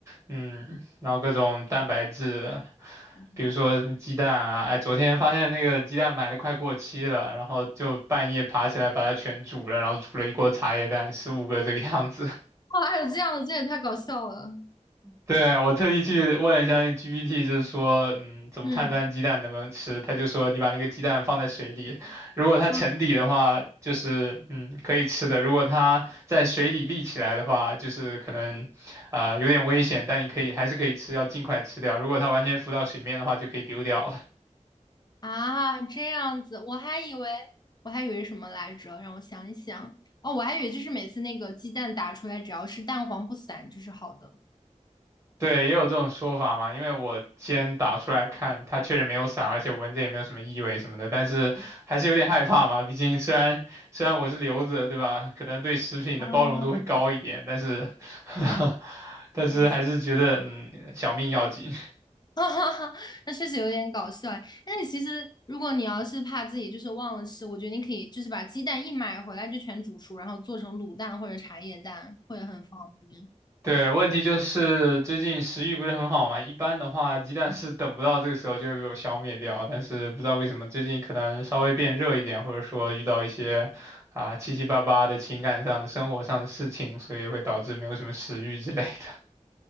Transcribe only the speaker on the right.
嗯，然后各种蛋白质，
比如说什么鸡蛋啊，哎，昨天发现那个鸡蛋买的快过期了，然后就半夜爬起来把它全煮了，然后煮了一锅茶叶蛋，十五个这个样子。
对，我特地去问了一下那 GPT，就是说，嗯，怎么判断鸡蛋能不能吃？
他就说，你把那个鸡蛋放在水里，如果它沉底的话，
就是嗯可以吃的；如果它在水里立起来的话，就是可能，呃，有点危险，但你可以还是可以吃，要尽快吃掉。如果它完全浮到水面的话，就可以丢掉了。
对，也有这种说法嘛，因为我先打出来看，它确实没有散，而且闻着也没有什么异味什么的，但是还是有点害怕嘛。毕竟虽然虽然我是留子，对吧？可能对食品的包容度会高一点，
但是 <laughs> 但是还是觉得嗯，
小命要紧。
对，问题就是最近食欲不是很好嘛，一般的话鸡蛋是等不到这个时候就会被我消灭掉，但是不知道为什么最近可能稍微变热一点，或者说遇到一些啊、七七八八的情感上的、生活上的事情，所以会导致没有什么食欲之类的。